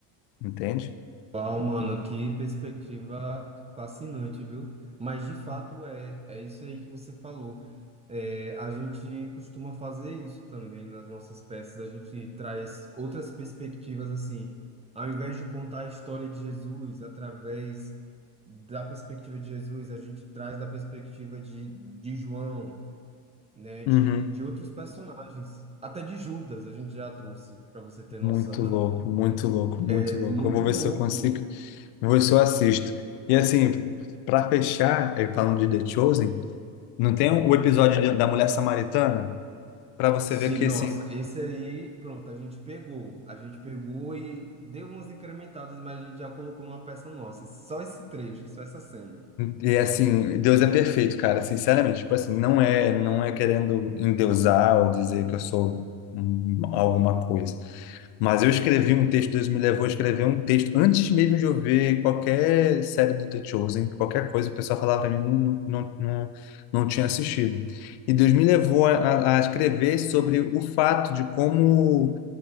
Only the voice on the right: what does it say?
Uau, mano, que perspectiva fascinante, viu? Mas de fato é, é isso aí que você falou. É, a gente costuma fazer isso também nas nossas peças, a gente traz outras perspectivas assim. Ao invés de contar a história de Jesus através da perspectiva de Jesus, a gente traz da perspectiva de, de João, né,
de, de outros personagens, até de Judas a gente já trouxe, para você ter
noção.
É
muito
louco,
mano.
Sim,
nossa,
esse aí, pronto, a gente pegou. A gente pegou e deu umas incrementadas, mas a gente já colocou numa peça nossa. Esse- Só esse trecho, só essa cena.